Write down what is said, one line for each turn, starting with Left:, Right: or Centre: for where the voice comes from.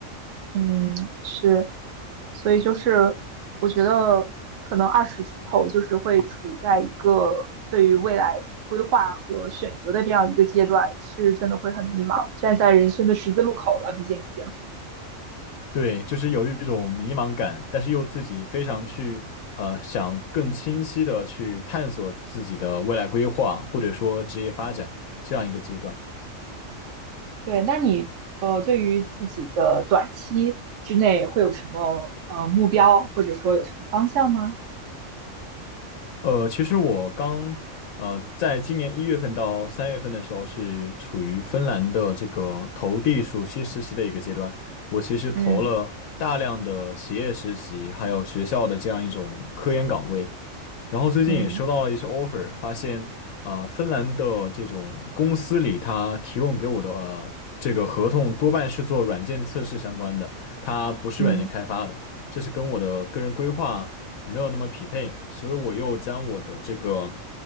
Right: 嗯，是，所以就是我觉得可能二十出头就是会处在一个对于未来规划和选择的这样一个阶段，是真的会很迷茫，站在人生的十字路口了，毕竟已经。
Left: 对，就是有一种迷茫感，但是又自己非常去呃想更清晰的去探索自己的未来规划，或者说职业发展这样一个阶段。
Right: 对，那你呃，对于自己的短期之内会有什么呃目标，或者说有什么方向吗？
Left: 呃，其实我刚呃，在今年一月份到三月份的时候，是处于芬兰的这个投递暑期实习的一个阶段。我其实投了大量的企业实习，
Right: 嗯
Left: 还有学校的这样一种科研岗位。然后最近也收到了一些
Right: 嗯
Left: offer，发现啊、呃芬兰的这种公司里，它提供给我的、呃、这个合同多半是做软件测试相关的，它不是软件开发的，
Right: 嗯。
Left: 这是跟我的个人规划没有那么匹配，所以我又将我的这个